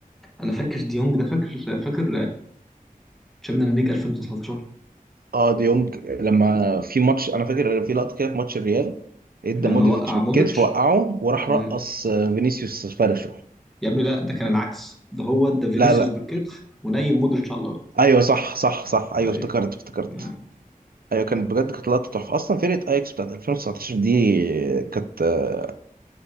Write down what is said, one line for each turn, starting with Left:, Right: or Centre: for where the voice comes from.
Centre: انا فاكر ديونج ده فاكر فاكر تشامبيونز ليج 2019
Right: اه ديونج لما في ماتش أنا فاكر في لقطة كده في ماتش الريال ادى
Centre: لما
Right: مودريتش
Centre: وقع
Right: بالكتف
Centre: مودريتش
Right: وقعه وراح
Centre: مم.
Right: رقص آه، فينيسيوس فرشه
Centre: يا ابني لا ده كان العكس ده هو ده فينيسيوس
Right: لا لا
Centre: بالكتف ونايم مودريتش على الارض
Right: ايوه صح صح صح ايوه
Centre: ايوه
Right: افتكرت افتكرت
Centre: مم.
Right: ايوه كانت بجد كانت لقطه تحفه اصلا فرقه اياكس بتاعت 2019 دي كانت آه،